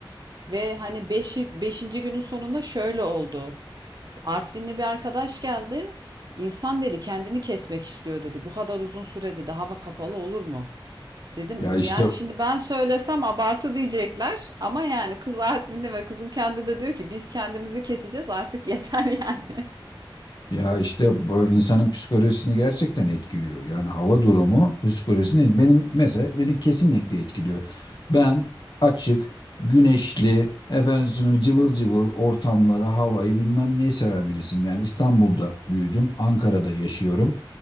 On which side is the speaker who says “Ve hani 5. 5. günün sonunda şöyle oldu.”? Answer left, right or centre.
Right